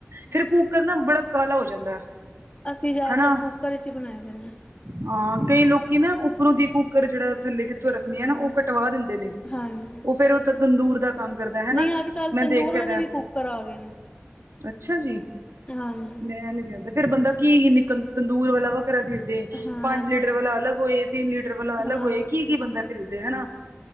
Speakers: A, on the right; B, on the left.
A: ਫੇਰ ਕੂਕਰ ਨਾ ਬੜਾ ਕਾਲਾ ਹੋ ਜਾਂਦਾ
B: ਅਸੀਂ ਜ਼ਿਆਦਾਤਰ
A: ਹਨਾ
B: ਕੁੱਕਰ ਚ' ਹੀ ਬਣਾਏ ਜਾਂਦੇ ਹਾਂ।
A: ਹਾਂ ਕਈ ਲੋਕੀ ਨਾ ਉੱਪਰੋਂ ਦੀ ਕੁੂੱਕਰ ਜਿਹੜਾ ਥੱਲੇ ਜਿੱਥੋਂ ਰੱਖਣੀ ਆ ਨਾ
B: ਹਾਂ
A: ਉਹ ਕਟਵਾ ਦਿੰਦੇ ਨੇ
B: ਹਾਂਜੀ
A: ਉਹ ਫੇਰ ਉੱਥੇ ਤੰਦੂਰ ਦਾ ਕੰਮ ਕਰਦਾ ਹਨਾ
B: ਨਹੀਂ ਅੱਜ ਕੱਲ੍ਹ
A: ਮੈਂ
B: ਤੰਦੂਰ
A: ਦੇਖਿਆ
B: ਵਾਲੇ
A: ਤਾਂ
B: ਵੀ ਕੁੱਕਰ ਆ ਗਏ ਨੇ
A: ਅੱਛਾ ਜੀ,
B: ਹਾਂਜੀ
A: ਮੈਂ ਨੀ ਕਹਦਾ ਫਿਰ ਬੰਦਾ ਕੀੰਨੀ ਤੰਦੂਰ ਵਾਲਾ ਵ ਘਰਾ ਖਰੀਦ
B: ਹਾਂ
A: ਪੰਜ
B: ਇਹ
A: ਲੀਟਰ
B: ਤੇ
A: ਵਾਲਾ ਅਲੱਗ ਹੋਏ, ਤਿੰਨ ਲੀਟਰ ਵਾਲਾ ਅਲੱਗ
B: ਹਾਂ
A: ਹੋਏ, ਕੀ-ਕੀ ਬੰਦਾ ਖਰੀਦੇ ਹਨਾ